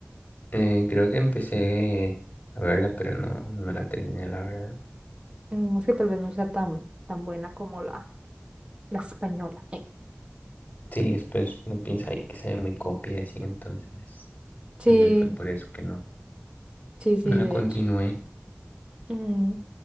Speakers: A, on the left (about 40°); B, on the right (about 25°).
A: Eh, creo que empecé a verla, pero no, no la terminé, la verdad.
B: Mm, es que tal vez no sea tan, tan buena como la, la española. eh.
A: Sí, después no piensa ahí que se ve muy copia y así, entonces,
B: Sí,
A: tal vez fue por eso que no,
B: sí, sí,
A: no la
B: de
A: continué.
B: hecho. Mm,